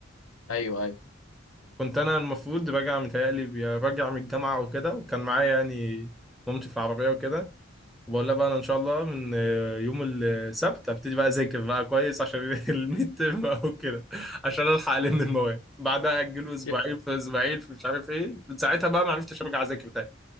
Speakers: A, on the left (about 90°); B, in the centre.
A: ايوه ايوه
B: كنت انا المفروض راجع متهيألي راجع من الجامعه وكده وكان معايا يعني مامتي في العربيه وكده وبقول لها بقى انا ان شاء الله من آه، يوم السبت ابتدي بقى اذاكر بقى كويس عشان <laughs> الميد ترم او كده عشان الحق الم المواد بعدها اجلوا اسبوعين
A: ي-
B: في اسبوعين في مش عارف ايه من ساعتها بقى ما عرفتش ارجع اذاكر تاني